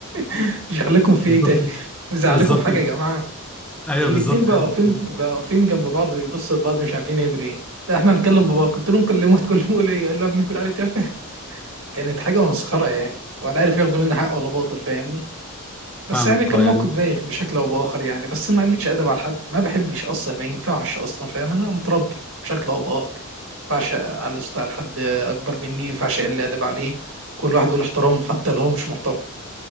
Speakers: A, on the right; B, in the centre.
A: <laughs> شغلكم في
B: بالظبط
A: ايه تافه؟ مزعلكم
B: بالظبط
A: في حاجه يا جماعه؟
B: ايوه
A: الاتنين
B: بالظبط
A: بقى
B: يعني
A: واقفين بقى واقفين جنب بعض بيبصوا لبعض مش عارفين يعملوا ايه؟ لا احنا هنكلم باباك قلت لهم كلموه تكلموا له ايه؟ قال له يا ابني كل عليه تافه <laughs> كانت حاجه مسخره يعني ولا عارف ياخدوا مني حق ولا باطل فاهمني؟ بس
B: فاهمك
A: يعني كان
B: اه
A: موقف
B: يعني
A: بايخ بشكل او باخر يعني بس ما قلتش ادب على حد ما بحبش اصلا ما ينفعش اصلا فاهم انا متربي بشكل او باخر ما ينفعش على على حد اكبر مني ما ينفعش اقل ادب عليه كل واحد له احترامه حتى لو هو مش محترم